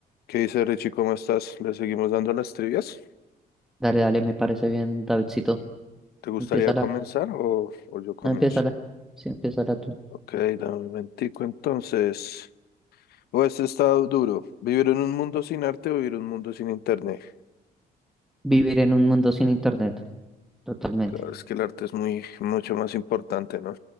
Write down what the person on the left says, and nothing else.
¿Qué dice Richie? ¿Cómo estás? ¿Le seguimos dando las trivias?
¿Te gustaría
comenzar o, o yo comienzo?
Ok, dame un momentico entonces. O este está duro. ¿Vivir en un mundo sin arte o vivir en un mundo sin internet?
Claro, es que el arte es muy, mucho más importante, ¿no?